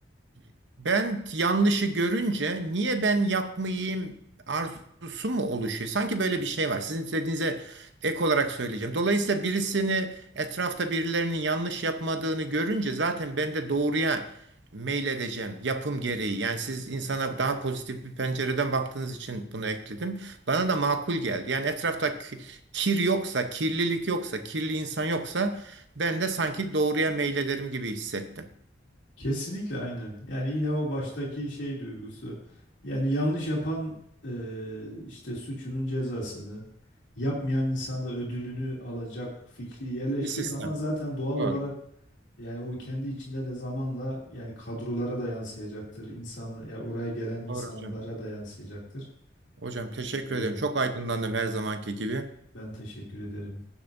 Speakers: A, on the right; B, on the left.
A: e, ben yanlışı görünce niye ben yapmayayım arzusu mu oluşuyor? Sanki böyle bir şey var. Sizin dediğinize ek olarak söyleyeceğim. Dolayısıyla birisini etrafta birilerinin yanlış yapmadığını görünce zaten ben de doğruya meyledeceğim yapım gereği. Yani siz insana daha pozitif bir pencereden baktığınız için bunu ekledim. Bana da makul geldi. Yani etrafta Kir yoksa, kirlilik yoksa, kirli insan yoksa ben de sanki doğruya meylederim gibi hissettim.
B: Kesinlikle aynen. Yani yine o baştaki şey duygusu. Yani yanlış yapan e, işte suçunun cezasını, yapmayan insan da ödülünü alacak fikri yerleştiği
A: Bir sistem.
B: zaman zaten doğal olarak
A: Doğru.
B: yani o kendi içinde de zamanla yani kadrolara da yansıyacaktır. İnsanla, ya oraya gelen insanlara
A: Doğru hocam.
B: da yansıyacaktır.
A: Hocam teşekkür
B: Düşünüyorum.
A: ederim. Çok aydınlandım her zamanki gibi.
B: Ben teşekkür ederim.